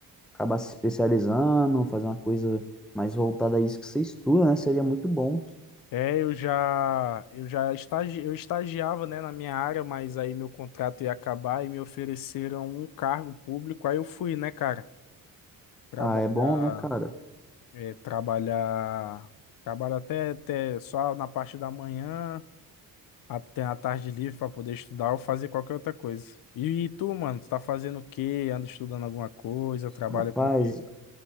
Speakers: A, in the centre; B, on the left.
A: Acabar se especializando, fazer uma coisa mais voltada a isso que você estuda, né, seria muito bom.
B: É, eu já, eu já estagi, eu estagiava, né, na minha área, mas aí meu contrato ia acabar e me ofereceram um cargo público. Aí eu fui, né, cara, trabalhar,
A: Ah, é bom, né, cara?
B: eh, trabalhar, trabalhar até, até só na parte da manhã. a- Tem a tarde livre pra poder estudar ou fazer qualquer outra coisa. E, tu, mano, tu tá fazendo o quê? Anda estudando alguma coisa? Trabalha
A: Rapaz,
B: com o quê?